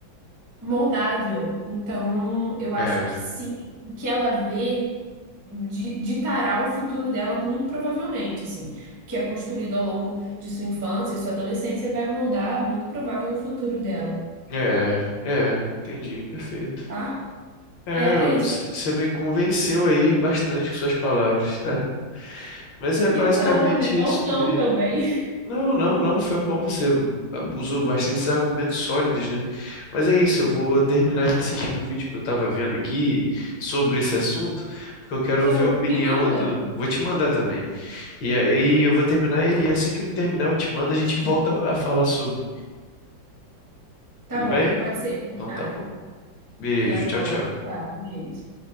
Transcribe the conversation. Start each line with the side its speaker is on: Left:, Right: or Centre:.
Right: moldável. Então, eu acho
Left: É,
Right: que sim, o que ela vê di- ditará o futuro dela muito provavelmente, assim. O que é construído ao longo de sua infância e sua adolescência vai moldar muito provável o futuro dela,
Left: é, é. Entendi, perfeito.
Right: tá?
Left: É,
Right: É, é isso.
Left: você me convenceu aí bastante com suas palavras, tá? Mas é
Right: Que
Left: basicamente
Right: bom, né? Ou
Left: isso
Right: não
Left: mesmo.
Right: também.
Left: Não, não, não, foi bom, você usou bastantes argumentos sólidos, né? Mas é isso, eu vou terminar de assistir o vídeo que eu tava vendo aqui sobre esse assunto, porque
Right: <laughs>
Left: eu quero
Right: Show.
Left: ouvir a opinião
Right: Me manda.
Left: do. Vou te mandar também. E aí eu vou terminar e assim que eu terminar, eu te mando, a gente volta a falar sobre.
Right: Tá
Left: Tudo
Right: bom,
Left: bem?
Right: pode ser. Combinado.
Left: Então tá bom. Beijo,
Right: Tá bom.
Left: tchau, tchau.
Right: Tchau, tchau. Beijo.